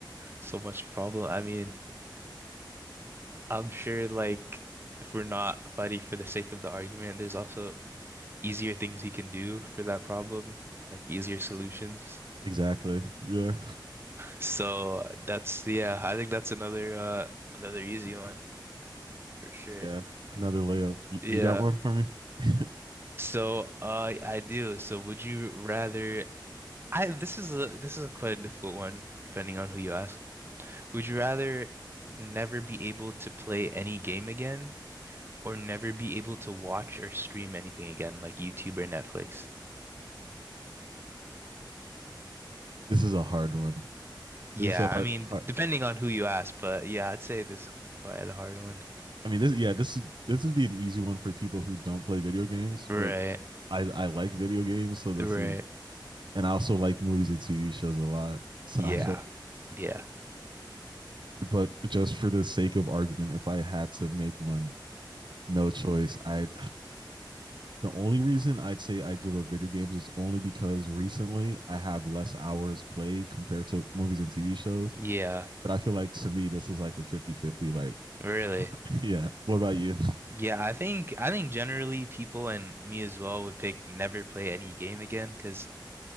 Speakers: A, on the right (about 30°); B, on the right (about 70°).
A: So much problem. I mean, I'm sure like if we're not fighting for the sake of the argument, there's also easier things you can do for that problem, like easier solutions. <laughs>
B: Exactly. Yeah.
A: So that's yeah, I think that's another uh another easy one for sure.
B: Yeah. Another layup. You,
A: Yeah.
B: you got one for me? <laughs>
A: So uh I do. So would you rather I this is a this is a quite a difficult one depending on who you ask. Would you rather never be able to play any game again or never be able to watch or stream anything again, like YouTube or Netflix?
B: This is a hard one.
A: Yeah,
B: This is a
A: I
B: hard,
A: mean,
B: hard.
A: depending on who you ask, but yeah, I'd say this is quite a hard one.
B: I mean, this yeah, this is this would be an easy one for people who don't play video games, but
A: Right,
B: I I like video games, so this
A: right.
B: is and I also like movies and TV shows a lot. So
A: Yeah,
B: I feel
A: yeah,
B: like, but just for the sake of argument, if I had to make one, no choice, i The only reason I'd say I give up video games is only because recently I have less hours played compared to movies and TV shows.
A: yeah,
B: But I feel like to me, this is like a fifty-fifty. Like,
A: really.
B: <laughs> yeah. What about you?
A: Yeah, I think I think generally people and me as well would pick never play any game again because